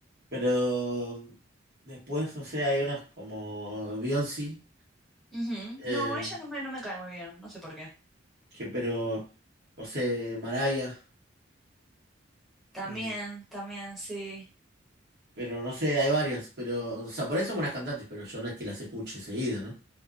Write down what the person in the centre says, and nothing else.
<laughs> Ujú.
No, ella no me, no me cae muy bien, no sé por qué.
También,
también, sí.